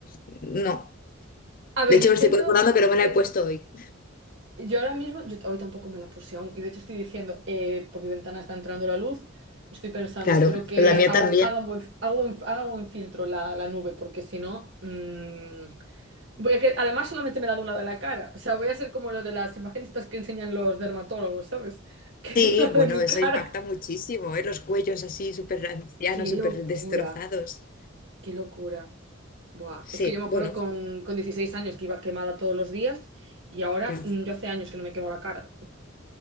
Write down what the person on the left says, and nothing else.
no.
De hecho,
me estoy recordando que no me
la he puesto hoy.
Claro,
pero la mía
también.
Sí,
bueno,
eso
impacta muchísimo, ¿eh? Los cuellos así súper ancianos,
súper
destrozados.
Sí,
bueno,
ya.